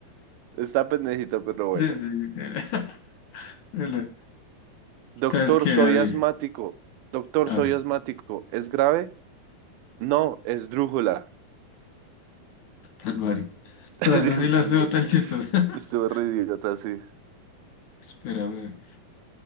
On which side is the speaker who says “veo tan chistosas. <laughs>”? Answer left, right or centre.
Left